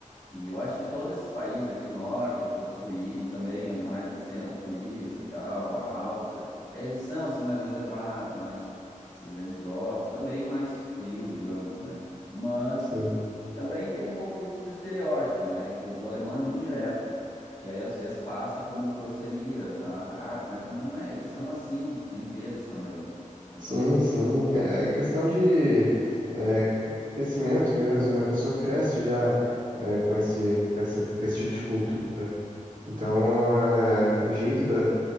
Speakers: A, on the left; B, on the right.
A: e eu acho que todos esses países aqui nórdicos, a Suí e também mais descendo, a Suíça e tal, a Áustria, eles são assim mais reservados, mais silenciosos, também mais frio, digamos, né? Mas
B: Sim,
A: também tem um pouco isso do estereótipo, né? É que o alemão é muito direto e aí às vezes passa como grosseria, sabe? Ah, mas não é, eles são assim entre eles também. Então,
B: sim,
A: quando...
B: sim. É questão de é, crescimento mesmo, né? A pessoa cresce já é, com esse, com essa, com esse
A: Sim.
B: tipo de cultura. Então, é, o jeito da,